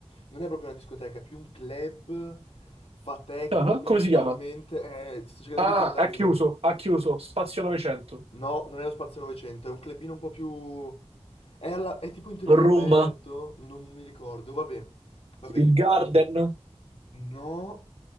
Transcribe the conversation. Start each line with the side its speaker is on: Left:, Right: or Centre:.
Left: non è proprio una discoteca, è più un club, fa techno
Right: Ah,
Left: principalmente,
Right: come si chiama?
Left: eh, sto cercando
Right: Ah,
Left: di ricordarmelo.
Right: ha chiuso, ha chiuso. Spazio 900.
Left: No, non è lo Spazio 900, è un clubino un po' più... È, alla- è tipo in teoria all'aperto,
Right: Room,
Left: non mi ricordo, vabbè, vabbè.
Right: il Garden,
Left: No,